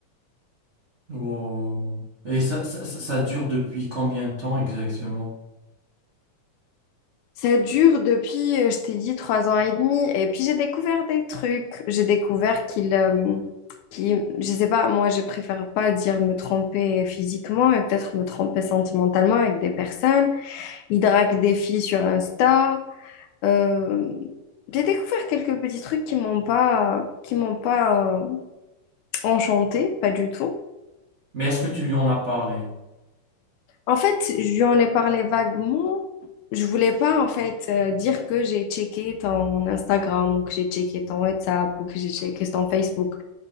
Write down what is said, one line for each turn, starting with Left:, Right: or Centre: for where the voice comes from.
Right: Wow. Et ça, ça, ça- ça dure depuis combien de temps exactement?
Left: Ça dure depuis, euh, je t'ai dit, trois ans et demi. Et puis j'ai découvert des trucs. J'ai découvert qu'il, euh, qu'il- je sais pas, moi je préfère pas dire me tromper physiquement et peut-être me tromper sentimentalement avec des personnes. Il drague des filles sur Insta. Euh, j'ai découvert quelques petits trucs qui m'ont pas, qui m'ont pas euh, Enchantée, pas du tout.
Right: Mais est-ce que tu lui en as parlé?
Left: En fait, je lui en ai parlé vaguement. Je voulais pas, en fait, euh, dire que j'ai checké ton Instagram ou que j'ai checké ton WhatsApp ou que j'ai checké ton Facebook.